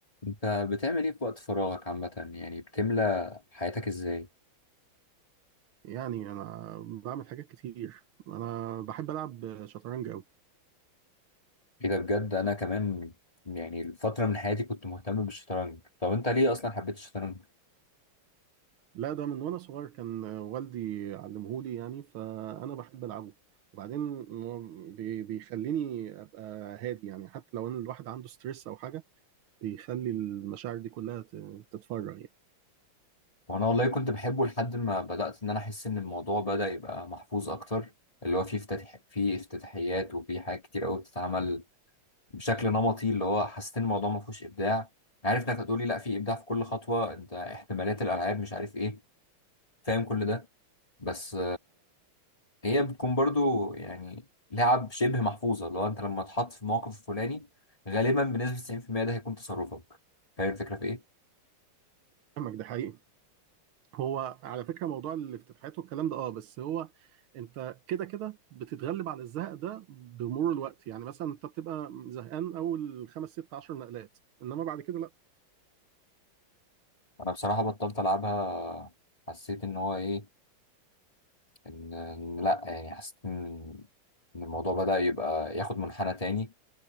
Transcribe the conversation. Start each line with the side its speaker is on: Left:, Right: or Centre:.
Left: انت بتعمل ايه في وقت فراغك عامة يعني بتملى حياتك ازاي
Right: يعني انا بعمل حاجات كتير انا بحب العب شطرنج قوي
Left: ايه ده بجد انا كمان يعني الفترة من حياتي كنت مهتم بالشطرنج طب انت ليه اصلا حبيت الشطرنج
Right: لا ده من وانا صغير كان والدي علمهولي يعني فانا بحب العبه وبعدين هو بي- بيخليني ابقى هادي يعني حتى لو ان الواحد عنده ستريس او حاجه بيخلي المشاعر دي كلها ت- تتفرغ يعني
Left: وانا والله كنت بحبه لحد ما بدأت ان انا احس ان الموضوع بدأ يبقى محفوظ اكتر اللي هو فيه افتتح فيه افتتاحيات وفيه حاجات كتير قوي بتتعمل بشكل نمطي اللي هو حسيت ان الموضوع ما فيهوش ابداع عارف انك هتقولي لا في ابداع في كل خطوة انت احتمالات الالعاب مش عارف ايه فاهم كل ده بس هي بتكون برضو يعني لعب شبه محفوظة لو انت لما تحط في موقف الفلاني غالبا بنسبة 90% ده هيكون تصرفك فاهم الفكرة في ايه؟
Right: فاهمك ده حقيقي هو على فكره موضوع الافتتاحات والكلام ده اه بس هو انت كده كده بتتغلب على الزهق ده بمرور الوقت يعني مثلا انت بتبقى زهقان اول خمس ست عشر نقلات انما بعد كده
Left: انا بصراحة بطلت العبها حسيت ان هو ايه ان إن لا يعني حسيت ان إن الموضوع بدأ يبقى ياخد منحنى تاني